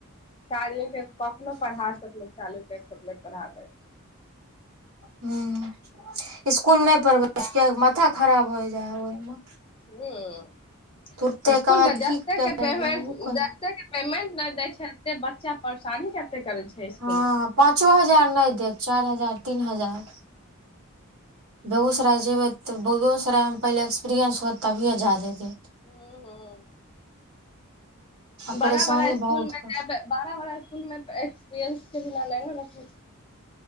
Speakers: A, on the left (about 25°); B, on the right (about 75°).
A: ताली के कखनो पढ़ा सकलै चालू कर सकले पढ़ाबे
B: हम्म, इस्कुल नहि पढ़बै, किए माथा खराब भ जाइ हैइ ओहिमे
A: हम्म,
B: तुरते
A: इस्कुल
B: कहत
A: मे जते
B: की करै
A: के पेंमेंट
B: ले ओ करै
A: जते के पेमेंट नहि देय छै, ओते बच्चा परेशानी कते करे छै इसकुल
B: हँ
A: मे?
B: पाँचो हजार नहि देत, चारि हजार तीन हजार बेगूसराय जेबय तऽ, बेगूसरायमे पहिले एक्सपीरियेन्स होत तभिए जाय देत
A: हूं-हूं।
B: आ
A: बड़ा
B: परेशानी
A: बड़ा इस्कुल
B: बहुत
A: में,
B: कर
A: बड़ा बड़ा इस्कुल में एक्सपीरियंस के बिना नै न राखै